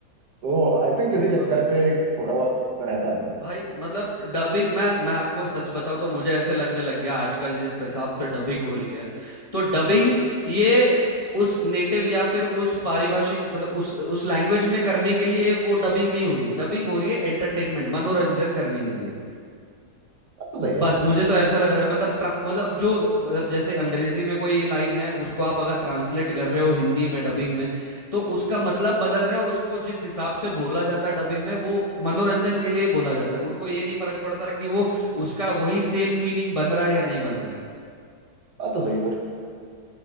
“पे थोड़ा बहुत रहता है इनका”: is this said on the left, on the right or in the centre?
Right